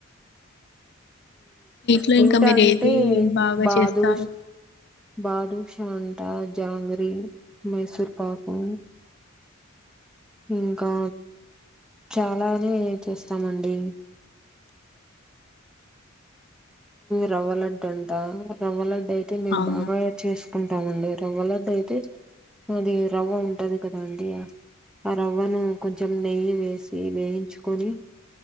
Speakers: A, in the centre; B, on the left.
A: స్వీట్
B: లో ఇంకా మీరు
A: అంటే
B: ఏది బాగా
A: బాదుష్
B: చేస్తారు
A: బాదుషా తింట జాంగ్రి మైసూర్ పాకు ఇంకా చాలానే చేస్తామండి రవ్వలడ్డు అంటా రవ్వలడ్డు అయితే మేం
B: అవునా
A: బాగా చేసుకుంటామండి రవ్వలడ్డయితే అది రవ్వ ఉంటది కదా అండి ఆ రవ్వను కొంచెం నెయ్యి వేసి వేయించుకొని